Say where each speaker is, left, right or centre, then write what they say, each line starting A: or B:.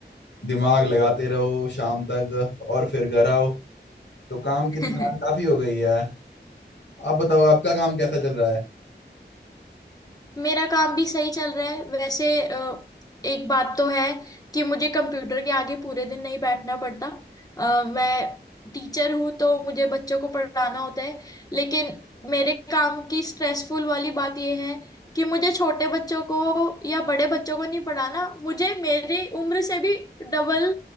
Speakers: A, on the left; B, on the left.
A: दिमाग लगाते रहो शाम तक और फिर घर आओ तो काम की
B: <laughs>
A: थकान काफी हो गई है आप बताओ आपका काम कैसा चल रहा है
B: मेरा काम भी सही चल रहा है वैसे अ, एक बात तो है कि मुझे कंप्यूटर के आगे पूरे दिन नहीं बैठना पड़ता अ, मैं टीचर हूँ तो मुझे बच्चों को पढ़ाना होता है लेकिन मेरे काम की स्ट्रेसफुल वाली बात यह है कि मुझे छोटे बच्चों को या बड़े बच्चों को नहीं पढ़ाना मुझे मेरी उम्र से भी डबल